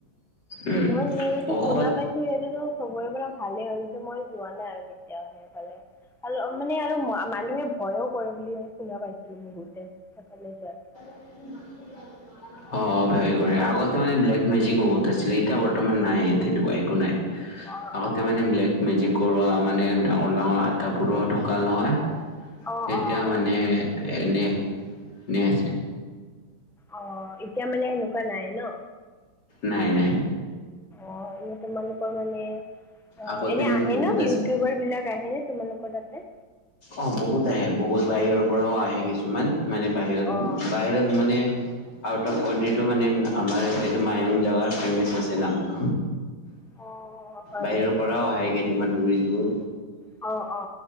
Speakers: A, on the left; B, in the centre.
A: উম
B: মই এনেটো
A: ঔষধ
B: শুনা পাইছোঁ সি সেইটোতো চবৰে পৰা ভালেই হয় <unintelligible> মই যোৱা নাই আৰু কেতিয়াও সেইফালে। ভাল মানে আৰু মানুহে ভয়ো কৰে বুলি শুনা পাইছিলো বহুতে সেফালে যোৱাত
A: <unintelligible> অ অ ভয় কৰে আগতে মান ব্লেক মেজিক বহুত আছিলে এতিয়া বৰ্তমান নাই তেনেকুৱা একো নাই
B: অঁ
A: আগতে
B: অঁ
A: মানে ব্লেক মেজিক কৰুৱা মানে ডাঙৰ ডাঙৰ আটাবোৰৰ ঢুকাল নহয়।
B: অঁ
A: তেতিয়া
B: অঁ
A: মানে
B: হয়
A: এনে নেজ
B: অ এতিয়া মানে সেনেকুৱা নাই ন
A: নাই নাই
B: অ এনে তোমালোকৰ মানে অ
A: আগতে
B: এনেই
A: মানে
B: আহে
A: বহুত
B: ন
A: আছে
B: ইউটিউবাৰ বিলাক আহে নে তোমালোক কৰ তাতে
A: অ বহুত আহে বহুত বাহিৰৰ পৰাও আহে কিছুমান মানে বাহিৰত
B: অঁ
A: বাহিৰত মানে আউট অফ কনটিটো মান আমাৰ এইটো মায়ং জেগাৰ ফেমাচ আছে নামটো
B: অঁ হয়
A: বাহিৰৰ
B: নেকি
A: পৰাও আহে কেইটামান টুৰিষ্টবোৰ
B: অ অ